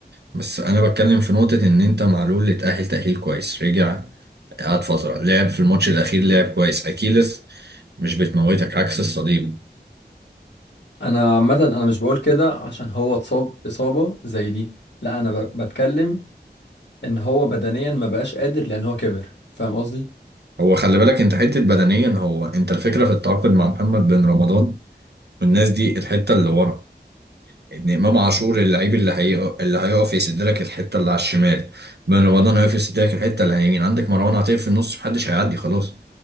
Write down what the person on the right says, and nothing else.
بس انا بتكلم في نقطه ان انت معلول اتاهل تاهيل كويس رجع قعد فتره لعب في الماتش الاخير لعب كويس اكيلس مش بتموتك عكس الصليب
هو خلي بالك انت حته بدنيا هو انت الفكره في التعاقد مع محمد بن رمضان والناس دي الحته اللي ورا ان امام عاشور اللعيب اللي هي اللي هيقف يسد لك الحته اللي على الشمال بن رمضان هيقف يسد لك الحته اللي على اليمين عندك مروان عطيه في النص محدش هيعدي خلاص